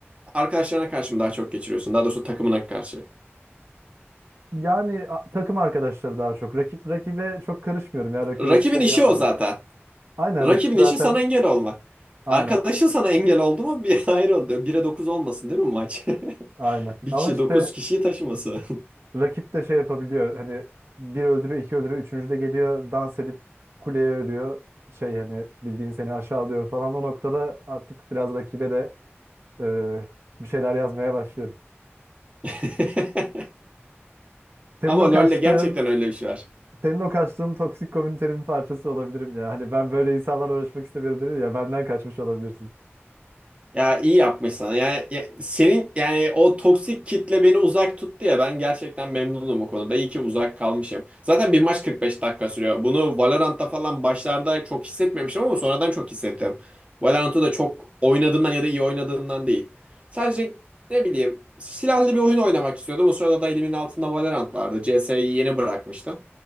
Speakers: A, on the right; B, on the right.
A: arkadaşlarına karşı mı daha çok geçiriyorsun? Daha doğrusu takımına karşı.
B: Yani a- takım arkadaşları daha çok. Rakip rakibe çok karışmıyorum ya. Rakibe
A: Rakibin
B: bir şey
A: işi
B: yazmıyorum.
A: o zaten.
B: Aynen
A: Rakibin
B: rakip zaten.
A: işi sana engel olmak.
B: Aynen.
A: Arkadaşın sana engel oldu mu bir <laughs> ayrı oluyor. Bire 9 olmasın değil mi maç? <laughs>
B: Aynen.
A: Bir
B: Ama
A: kişi
B: işte
A: 9 kişiyi taşıması.
B: Rakip de şey yapabiliyor. Hani bir öldürüyor, iki öldürüyor, üçüncü de geliyor dans edip kuleye ölüyor. Şey hani bildiğin seni aşağılıyor falan. O noktada artık biraz rakibe de e, bir şeyler yazmaya başlıyorum.
A: <laughs>
B: Senin
A: Ama
B: o kaçtığın,
A: LoL'le gerçekten öyle bir şey var.
B: senin o kaçtığın toksik komünitenin bir parçası olabilirim ya. Hani ben böyle insanlarla uğraşmak istemiyorum dedi ya benden kaçmış olabilirsin.
A: Ya iyi yapmışsın. Yani ya- senin yani o toksik kitle beni uzak tuttu ya ben gerçekten memnunum o konuda. İyi ki uzak kalmışım. Zaten bir maç 45 dakika sürüyor. Bunu Valorant'ta falan başlarda çok hissetmemiştim ama sonradan çok hissettim. Valorant'ı da çok oynadığımdan ya da iyi oynadığımdan değil. Sadece ne bileyim silahlı bir oyun oynamak istiyordum. O sırada da elimin altında Valorant vardı. CS'yi yeni bırakmıştım.